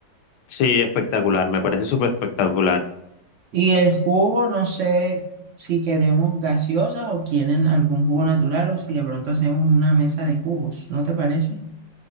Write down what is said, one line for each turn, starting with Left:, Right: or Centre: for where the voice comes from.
Left: Sí, espectacular, me parece súper espectacular.
Right: Y el jugo, no sé si queremos gaseosas o quieren algún jugo natural o si de pronto hacemos una mesa de jugos, ¿no te parece?